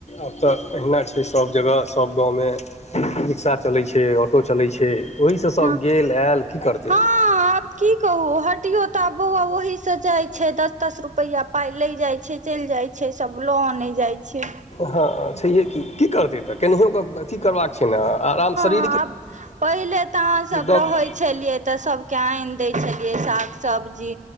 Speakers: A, on the left (about 55°); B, on the right (about 60°).
A: आब तऽ अहिना छै सभ जगह सभ गाँवमे रिक्शा चलैत छै ऑटो चलै छै ओहिसँ सभ
B: ह
A: गेल आयल की करतै
B: हँ आब की कहू हटियौ तऽ बौआ ओही से जाइ छै दस दस रुपआ पााय ले जाइ छै चलि जाय छै सब लो आने जाय छै
A: हँ छैहे की की करतै तऽ केनाहिय अथी करबाक छै ने आराम शरीर
B: हँ पहिल तऽ अह सब
A: गप
B: रहै छलिय त सबके आनि द छलिय साग सब सब्जी